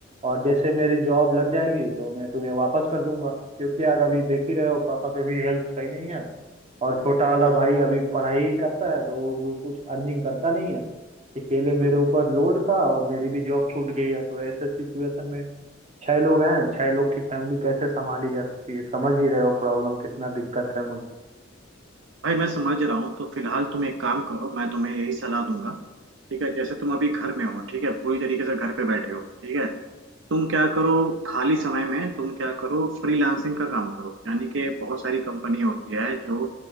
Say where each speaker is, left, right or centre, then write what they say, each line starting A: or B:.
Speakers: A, on the right; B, on the right.
A: और जैसे मेरी जॉब लग जाएगी तो मैं तुम्हें वापस कर दूंगा क्योंकि यार अभी देख ही रहे हो पापा की भी हेल्प सही नहीं है और छोटा वाला
B: हम्म,
A: भाई अभी पढ़ाई ही करता है तो वो, वो कुछ अर्निंग करता नहीं है अकेले मेरे
B: हम्म।
A: ऊपर लोड था और मेरी भी जॉब छूट गई है तो ऐसे सिचुएशन में छह लोग हैं छह लोग की फैमिली कैसे संभाली जा सकती है समझ ही रहे हो प्रॉब्लम कितना दिक्कत है मुझे
B: भाई मैं समझ रहा हूँ तो फिलहाल तुम एक काम करो मैं तुम्हें यही सलाह दूंगा ठीक है जैसे तुम अभी घर में हो ठीक है पूरी तरीके से घर पे बैठे हो ठीक है तुम क्या करो खाली समय में तुम क्या करो फ्रीलांसिंग का काम करो यानी कि बहुत सारी कंपनी होती है जो